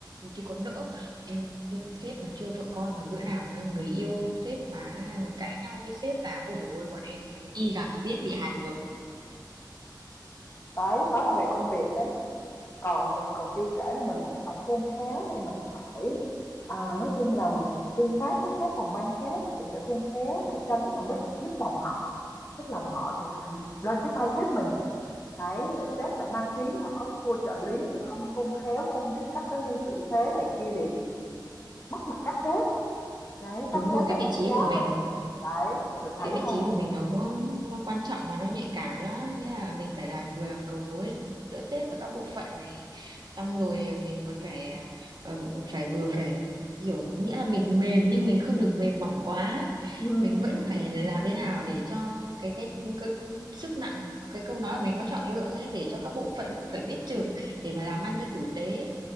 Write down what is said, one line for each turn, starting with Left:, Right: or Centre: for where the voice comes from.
Right: thì còn đỡ. Eo, tôi- sếp mà chưa vợ con mà bữa nào mà người yêu sếp mà cãi nhau với sếp là ôi dồi ôi bọn em y rằng là biết bị hành rồi.
Left: đấy đó là về công việc đấy còn còn chưa kể là mình cũng phải khôn khéo này mình phải à, nói chung là mình tương tác với các phòng ban khác cũng phải khôn khéo để tránh mà mất mất lòng họ mất lòng họ thì lại lên cái tay sếp mình đấy rồi sếp lại mang tiếng là có cô trợ lý này không khôn khéo không biết cách đối nhân xử thế này kia thì mất mặt các sếp đấy các
Right: Đúng rồi,
Left: sếp
Right: cái
Left: lại
Right: vị
Left: đánh
Right: trí
Left: giá
Right: của mình
Left: mình đấy mình thấy
Right: cái vị
Left: không
Right: trí của mình nó có nó quan trọng và nó nhạy cảm lắm nghĩa là mình phải là vừa làm cầu nối giữa sếp và các bộ phận này xong rồi mình còn phải à, ờ, phải vừa phải hiểu nghĩa là mình mềm nhưng mình không được mềm mỏng quá
Left: ừ.
Right: mình vẫn phải làm thế nào để cho cái cái, cái sức nặng cái câu nói của mình có trọng lượng ấy để cho các bộ phận cũng phải biết chừng để mà làm ăn cho tử tế